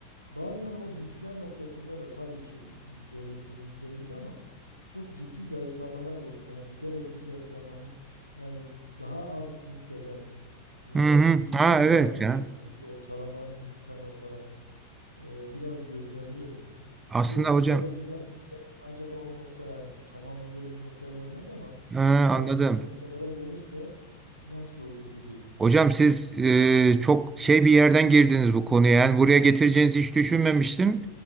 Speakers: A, on the left (about 85°); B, on the right (about 15°).
A: bazen o hisler noktasında da tabii ki böyle bir durum değildir ama çok ciddi zayıflamalar olduğuna, yani giderek bu zayıflamanın yani daha az hisseden e,
B: Hı hı.
A: bir
B: Ha
A: varlığa
B: evet
A: dönüştüğümüzü
B: ya.
A: ortalama insan olarak e, biraz gözlemliyorum.
B: Aslında
A: Bu
B: hocam
A: böyle gider de acaba o nokta yani şu tamamen böyle bir noktaya gelmez ama
B: ha,
A: daha
B: anladım.
A: ciddi noktalara gelirse nasıl olur gibi.
B: Hocam siz e, çok şey bir yerden girdiniz bu konuya. Yani buraya getireceğinizi hiç düşünmemiştim.